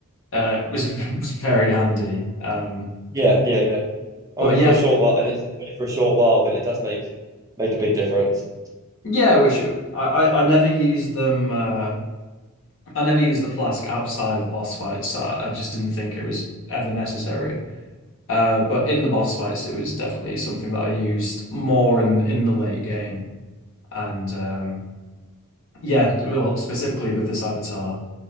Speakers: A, on the left; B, on the right.
A: uh, was <laughs> was very handy. Um,
B: Yeah, yeah, yeah.
A: but
B: I mean,
A: yeah,
B: for a short while, and it's only for a short while, but it does make make a big difference.
A: yeah, which uh, I, I I never used them. Uh, I never used the flask outside of boss fights. So I, I just didn't think it was ever necessary. Uh, but in the boss fights, it was definitely something that I used more in in the late game. And um, yeah, well, specifically with this avatar.